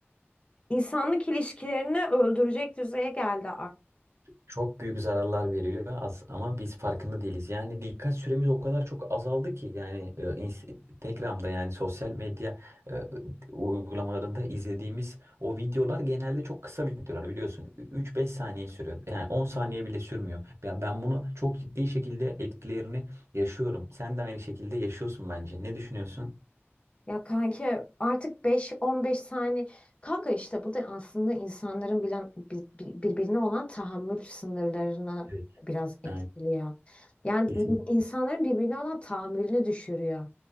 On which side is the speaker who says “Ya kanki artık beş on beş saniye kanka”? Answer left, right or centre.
Left